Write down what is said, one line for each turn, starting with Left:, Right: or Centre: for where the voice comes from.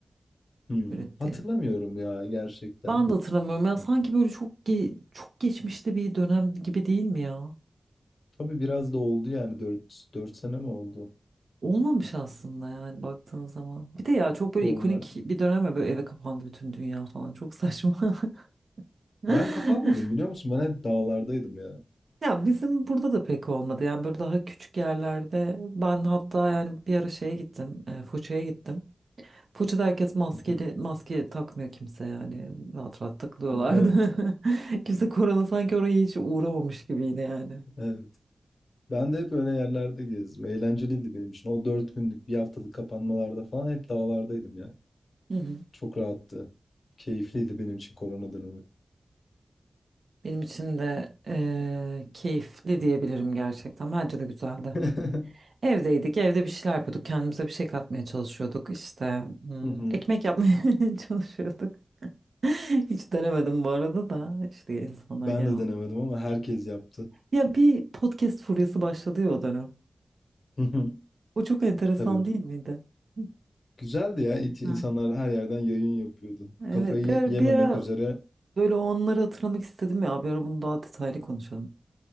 Left: Hmm,
Right: ürettiği.
Left: hatırlamıyorum ya gerçekten.
Right: Ben de hatırlamıyorum ya sanki böyle çok ge- çok geçmişte bir dönem gibi değil mi ya?
Left: Tabii biraz da oldu yani dört 4 sene mi oldu?
Right: Olmamış aslında yani baktığın zaman. Bir de ya çok böyle
Left: Korona.
Right: ikonik bir dönem ya böyle eve kapandı bütün dünya falan çok saçma. <laughs>
Left: Ben kapanmadım biliyor musun? Ben hep dağlardaydım ya.
Right: Ya bizim burada da pek olmadı yani böyle daha küçük yerlerde ben hatta yani bir ara şeye gittim e, Foça'ya gittim. Foça'da herkes maskeli
Left: <laughs>
Right: maske takmıyor kimse yani rahat rahat takılıyorlardı.
Left: Evet,
Right: <laughs> Kimse korona sanki oraya hiç uğramamış gibiydi yani.
Left: evet. Ben de hep öyle yerlerde gezdim. Eğlenceliydi benim için. O dört günlük, bir haftalık kapanmalarda falan hep dağlardaydım ya.
Right: Hı hı.
Left: Çok rahattı. Keyifliydi benim için korona dönemi.
Right: Benim için de eee, keyifli diyebilirim gerçekten. Bence de güzeldi.
Left: <laughs>
Right: Evdeydik, evde bir şeyler yapıyorduk. Kendimize bir şey katmaya çalışıyorduk. İşte hmm,
Left: Hı hı.
Right: ekmek yapmaya <laughs> çalışıyorduk. <laughs> Hiç denemedim bu arada da işte insanlar
Left: Ben
Right: genel
Left: de
Right: olarak.
Left: denemedim ama herkes yaptı.
Right: Ya bir podcast furyası başladı ya o dönem.
Left: Hı hı.
Right: O çok enteresan
Left: Tabii.
Right: değil miydi? Hı,
Left: Güzeldi ya. İt-
Right: Güzel.
Left: İnsanlar her yerden yayın yapıyordu.
Right: Evet
Left: Kafayı
Right: bir ara,
Left: yememek
Right: bir ara
Left: üzere.
Right: böyle o anları hatırlamak istedim ya. Bir ara bunu daha detaylı konuşalım.